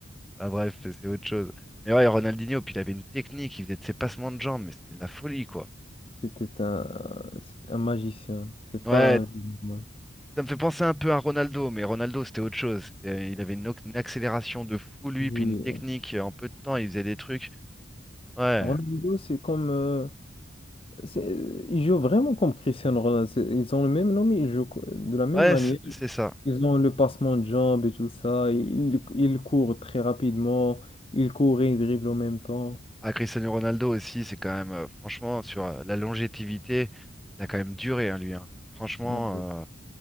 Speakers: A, in the centre; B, on the left.
A: Ah, bref, c'est autre chose. Mais ouais, Ronaldinho, puis il avait une technique, il faisait de ses passements de jambes, mais c'était de la folie, quoi.
B: C'était un, c'est un magicien. C'est
A: Ouais,
B: pas un. joueur.
A: ça me fait penser un peu à Ronaldo, mais Ronaldo, c'était autre chose. C'était- Il avait une, o- une accélération de fou, lui,
B: Oui.
A: puis une technique, euh, en peu de temps, il faisait des trucs. Ouais.
B: Ronaldo, c'est comme. euh, c'est- il joue vraiment comme Cristiano Ronaldo. C'est- Ils ont le même nom, mais ils jouent co- de la même
A: Ouais,
B: manière.
A: c- c'est ça.
B: Ils ont le passement de jambes et tout ça. Ils, ils courent très rapidement. Ils courent et ils dribblent en même temps.
A: Ah, Cristiano Ronaldo aussi, c'est quand même, euh, franchement, sur euh, la longévité, il a quand même duré, hein, lui. hein. Franchement,
B: Ouais.
A: euh,